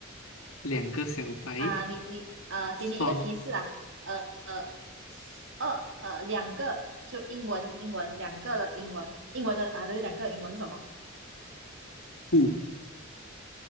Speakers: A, on the left; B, on the right.
A: 两个小白，
B: 啊、呃你你呃，给你一个提示啊，
A: 双
B: 呃呃二呃两个就英文英文两个的英文英文的啊，对，两个的英文是什么？
A: 兔